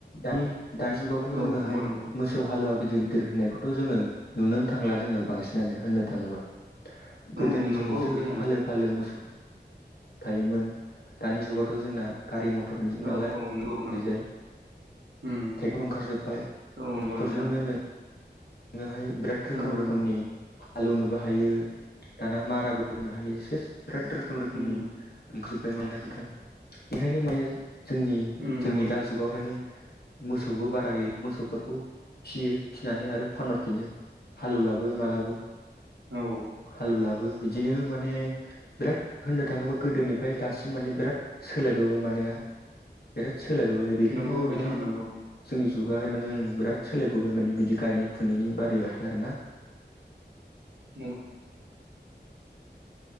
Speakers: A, on the left; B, on the right.
A: दानि दानि जुगाव
B: औ
A: जोंङो
B: नंगौ
A: हाय
B: नंगौ
A: मो फिसौ हालुवा गिदिर गिदिर होननायखौथ' जोंङो नुनो थांला जोंङो बांसिनानो होननो थाङोब्ला। गोदोनि
B: औ नंगौ
A: समाव
B: बिथां
A: फालो मोसौ थायोमोन दानि जुगावथ' जोंना गारि मथरनि जबो
B: औ
A: नालाय
B: औ नंगौ नंगौ
A: बेजाय
B: उम
A: टेक्टर ओंखारजोब्बाय टेक्टरजोंनो
B: औ नंगौ नोंथां
A: नों हाय बिराद रोखोम
B: नंगौ
A: रोखोमनि
B: नंगौ
A: हालौवनोबो हायो दाना माराबो होनो हायो सेस बिराद रोखोम रोखोमनि
B: उम
A: ओंखारजोब्बाय माइना बिथां बेखायनो जोंनि
B: उम
A: जोंनि
B: नंगौ
A: दा जुगावहाय माने मोसौबो बारा गैला मोसौफोरखौ फियो फिनानै आरो फानहरफिनो हालुलाबो मालाबो
B: औ
A: हालुलाबो बिदि बिदिनो माने बिराद होननो थाङोबा गोदोनिफ्राय दासिम माने बिराद सोलायबोबाय मानोना बिराद सोलायबोबाय बेखायनो
B: नंगौ बिथां
A: माने
B: नंगौ
A: जोंनि जुगाहाय माने ओं बिराद सोलायबोबाय माने बिदि गायनाय फुनायनि बारआथाय आर ना।
B: <inaudible>